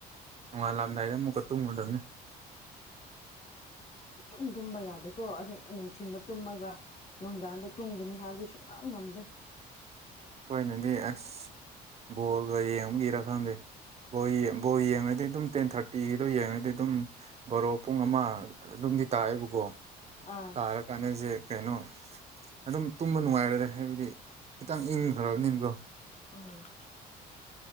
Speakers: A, on the right; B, on the left.
A: ꯅꯣꯡꯉꯥꯜꯂꯝꯗꯥꯏꯗ ꯑꯃꯨꯛꯀ ꯇꯨꯝꯉꯨꯗꯕꯅꯤ
B: ꯁꯨꯛꯇꯨꯝ ꯇꯨꯝꯕ ꯌꯥꯗꯦꯀꯣ ꯑꯍꯤꯡ ꯅꯨꯡꯊꯤꯟꯗ ꯇꯨꯝꯃꯒ ꯅꯨꯡꯗꯥꯡꯗ ꯇꯨꯝꯒꯅꯤ ꯍꯥꯏꯕꯗꯨꯁꯨ ꯁꯨꯉꯝ ꯉꯝꯗꯦ
A: ꯑꯈꯣꯏꯅꯗꯤ ꯑꯁ ꯕꯣꯜꯒ ꯌꯦꯡꯕꯒꯤꯔ ꯈꯪꯗꯦ꯫ ꯕꯣ ꯕꯣꯜ ꯌꯦꯡꯉꯗꯤ ꯑꯗꯨꯝ ꯇꯦꯟ ꯊꯥꯔꯇꯤꯒꯤꯗꯣ ꯌꯦꯡꯉꯗꯤ ꯑꯗꯨꯝ ꯕꯔꯣ ꯄꯨꯡ ꯑꯃ ꯑꯗꯨꯝꯗꯤ ꯇꯥꯛꯑꯦꯕꯀꯣ
B: ꯑꯥ
A: ꯇꯥꯔꯀꯥꯟꯗꯁꯦ ꯀꯩꯅꯣ ꯑꯗꯨꯝ ꯇꯨꯝꯕ ꯅꯨꯡꯉꯥꯏꯔꯔꯦ ꯍꯥꯏꯕꯗꯤ ꯈꯤꯇꯪ ꯏꯪꯈ꯭ꯔꯕꯅꯤꯅꯀꯣ
B: ꯎꯝ